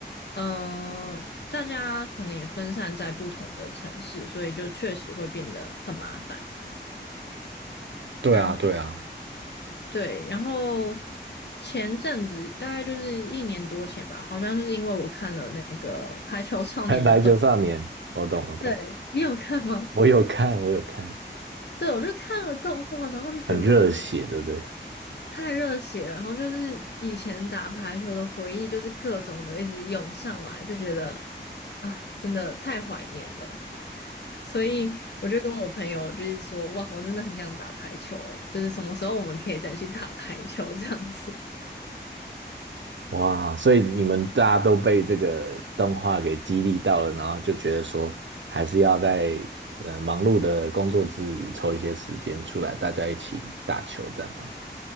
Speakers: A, on the left (about 65°); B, on the right (about 85°).
A: 嗯、大家可能也分散在不同的城市，所以就确实会变得很麻烦。
B: 对啊，
A: 然后
B: 对啊，
A: 对，然后前阵子大概就是一年多前吧，好像就是因为我看了那个《排球少年》的动，
B: <laughs> 排球少年，我懂我懂，
A: <laughs> 对，你有看吗？
B: 我有看我有看，
A: 对，我就看了动画，然后就觉得哇，
B: 很热血，对不对？
A: 太热血了，然后就是以前打排球的回忆，就是各种的一直涌上来，就觉得啊，真的太怀念了。所以我就跟我朋友就是说，哇，我真的很想打排球，就是什么时候我们可以再去打排球这样子。
B: 哇，所以你们大家都被这个动画给激励到了，然后就觉得说，还是要在呃忙碌的工作之余抽一些时间出来，大家一起打球，这样吗？